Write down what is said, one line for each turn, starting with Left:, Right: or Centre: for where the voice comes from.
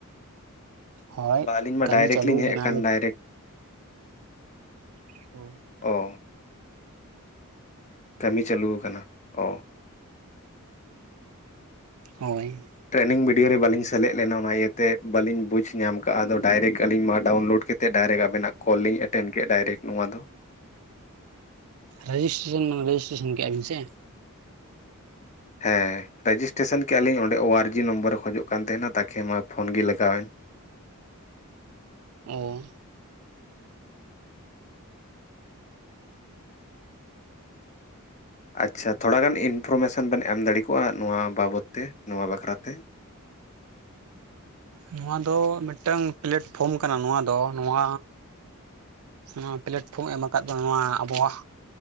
Right: ᱦᱳᱭ
Left: ᱵᱟᱝ ᱟᱹᱞᱤᱧ ᱢᱟ
Right: ᱠᱟᱹᱢᱤ
Left: ᱰᱟᱭᱨᱮᱠᱴ
Right: ᱪᱟᱹᱞᱩ
Left: ᱞᱤᱧ ᱦᱮᱡ
Right: ᱠᱟᱱᱟ
Left: ᱟᱠᱟᱱ ᱰᱟᱭᱨᱮᱠᱴ
Right: <unintelligible>
Left: ᱚ ᱠᱟᱹᱢᱤ ᱪᱟᱹᱞᱩ ᱟᱠᱟᱱᱟ ᱚ
Right: ᱦᱳᱭ
Left: ᱴᱨᱮᱱᱤᱝ ᱵᱷᱤᱰᱭᱳ ᱨᱮ ᱵᱟᱞᱤᱧ ᱥᱮᱞᱮᱫ ᱞᱮᱱᱟ ᱚᱱᱟ ᱤᱭᱟᱹᱛᱮ ᱵᱟᱹᱞᱤᱧ ᱵᱩᱡᱽ ᱧᱟᱢ ᱠᱟᱜᱼᱟ ᱟᱫᱚ ᱰᱟᱭᱨᱮᱠᱴ ᱟᱞᱤᱧ ᱢᱟ ᱰᱟᱣᱩᱱᱞᱳᱰ ᱠᱮᱫ ᱰᱟᱭᱨᱮᱠᱴ ᱟᱵᱮᱱᱟᱜ ᱠᱚᱞ ᱞᱤ ᱮᱴᱮᱱᱰ ᱠᱮᱫ ᱰᱟᱭᱨᱮᱠᱴ ᱱᱚᱣᱟ ᱫᱚ
Right: ᱨᱮᱡᱤᱥᱴᱨᱮᱥᱚᱱ <unintelligible> ᱨᱮᱡᱤᱥᱴᱨᱮᱥᱚᱱ ᱠᱮ ᱟᱜ ᱵᱮᱱ ᱥᱮ?
Left: ᱦᱮᱸ ᱨᱮᱡᱤᱥᱴᱨᱮᱥᱚᱱ ᱠᱮᱫᱼᱟ ᱞᱤᱧ ᱚᱸᱰᱮ ᱳ ᱟᱨ ᱡᱤ ᱱᱚᱢᱵᱚᱨᱮ ᱠᱷᱚᱡᱚᱜ ᱠᱟᱱ ᱛᱟᱦᱮᱱᱟ ᱛᱟᱠᱮ ᱢᱟ ᱯᱷᱳᱱ ᱜᱮ ᱞᱟᱜᱟᱣᱮᱱ᱾
Right: ᱚᱻ
Left: ᱟᱪᱪᱷᱟ ᱛᱷᱚᱲᱟᱜᱟᱱ ᱤᱱᱯᱷᱚᱨᱢᱮᱥᱚᱱ ᱵᱮᱱ ᱮᱢ ᱫᱟᱲᱮ ᱠᱚᱜᱼᱟ ᱱᱚᱣᱟ ᱵᱟᱵᱚᱫ ᱛᱮ ᱱᱚᱣᱟ ᱵᱟᱵᱚᱛ ᱛᱮ ᱾
Right: ᱱᱚᱣᱟ ᱫᱚ ᱢᱤᱫᱴᱟᱝ ᱯᱞᱟᱮᱴᱯᱷᱨᱚᱢ ᱠᱟᱱᱟ ᱱᱚᱣᱟ ᱫᱚ ᱱᱚᱣᱟ ᱱᱚᱣᱟ ᱯᱞᱟᱴᱯᱷᱨᱚᱢ ᱮᱢ ᱟᱠᱟᱫ ᱵᱚᱱᱟ ᱱᱚᱣᱟ ᱟᱵᱚᱣᱟᱜ